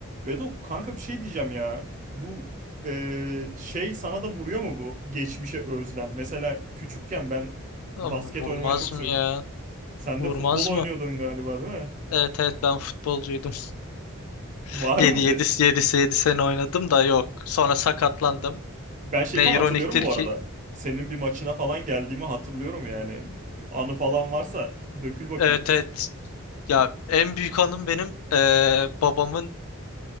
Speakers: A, on the right (about 35°); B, on the left (about 75°).
A: Bedo kanka bir şey diyeceğim ya. Bu eee, şey sana da vuruyor mu bu geçmişe özlem? Mesela küçükken ben
B: Lan
A: basket
B: Vurmaz
A: oynamayı çok
B: mı
A: seviyordum.
B: ya?
A: Sen
B: Vurmaz
A: de futbol oynuyordun
B: mı?
A: galiba değil mi?
B: Evet evet ben futbolcuydum. <laughs>
A: Var
B: Yedi,
A: mı bir?
B: yedi, yedi, yedi sene oynadım da yok. Sonra sakatlandım.
A: Ben şey
B: Ne
A: falan
B: ironiktir
A: hatırlıyorum bu
B: ki.
A: arada. Senin bir maçına falan geldiğimi hatırlıyorum yani. Anı falan varsa dökül bakayım
B: Evet
A: biraz.
B: evet. Ya en büyük anım benim eee, babamın